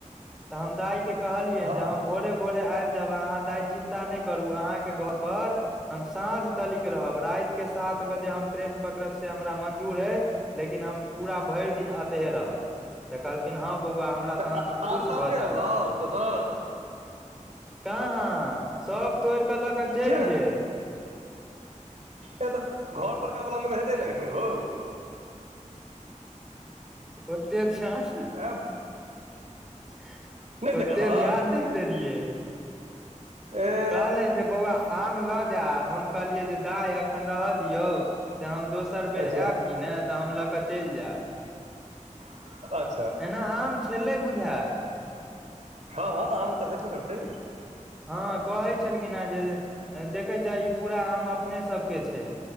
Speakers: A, in the centre; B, on the right.
A: तऽ हम दाइ के कहलियनि
B: हँ
A: जे हम
B: हँ
A: भोरे
B: हँ
A: भोरे आबि जायब अहाँ दाइ चिन्ता नहि करू, अहाँके घर पर हम साँझ तलिक रहब। राति के सात बजे हम ट्रेन पकड़ब से हमरा मंजूर अय लेकिन हम पूरा, भरि दिन अतहिये रहब तऽ कहलखिन हँ बौआ हम हमरा, तहन
B: तऽ
A: त खुश
B: आम
A: भऽ
B: ताम नहि
A: जाएब
B: अनलहुँ
A: हम।
B: ओतयसँ
A: <inaudible> काहाँ सब तोरिक लऽ कऽ चलि
B: किया नहि
A: गेल।
B: ऐं तऽ घर परका बला मे तऽ हेतै ने एखनो हौ?
A: <inaudible> ओते छन।
B: आब
A: <inaudible> ओते
B: देखलहक
A: धियान नै देलियै। <inaudible>
B: ए
A: कहलनि जे बौआ आम लऽ जा, हम कहलियैन जे दाइ एखन रहऽ दियौ। से हम दोसर
B: अच्छा
A: बेर आएब कि ने तऽ हम लऽ कऽ चलि जाएब।
B: <unintelligible>
A: एना आम छलै बुझाएल। <inaudible>
B: हं-हं आम तऽ हेबे करतै।
A: हँ कहै छलखिन हें जे देखै छें ई पूरा आम अपने सबके छै।